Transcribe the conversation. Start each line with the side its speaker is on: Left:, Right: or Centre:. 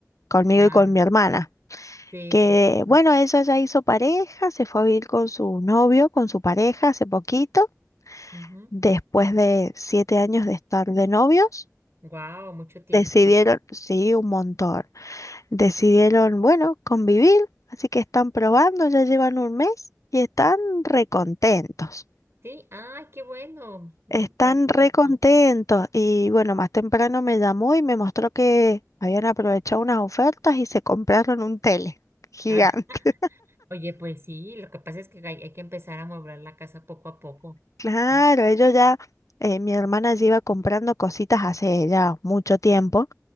Left: conmigo
Right: claro.
Left: y con mi hermana.
Right: Sí,
Left: Que
Right: sí, sí, sí.
Left: bueno, ella ya hizo pareja, se fue a vivir con su novio, con su pareja hace poquito,
Right: Ujú.
Left: después de siete años de estar de novios,
Right: Wow, mucho tiempo,
Left: decidieron,
Right: ¿no?
Left: sí, un montón, Decidieron, bueno, convivir, así que están probando, ya llevan un mes y están recontentos.
Right: Sí, ay, qué bueno, ¿no?
Left: Están
Right: Me Da mucho
Left: recontentos
Right: gusto.
Left: y bueno, más temprano me llamó y me mostró que habían aprovechado unas ofertas y se compraron un tele gigante.
Right: Ah,
Left: <laughs>
Right: oye, pues sí, lo que pasa es que hay, hay que empezar a amueblar la casa poco a poco,
Left: Claro,
Right: ¿no?
Left: ellos ya, eh, mi hermana ya iba comprando cositas hace ya mucho tiempo